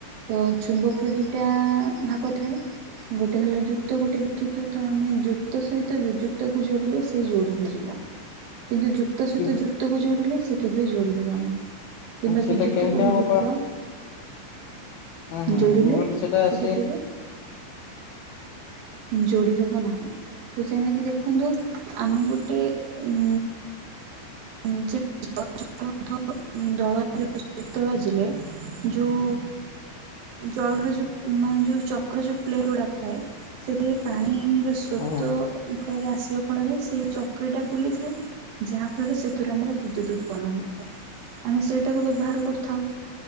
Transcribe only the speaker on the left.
କି
ସେଟା
କେମିତି
ହବ କୁହ ହୁଁ ହୁଁ
ମୁଁ କହିଲି
ସେ
ହଁ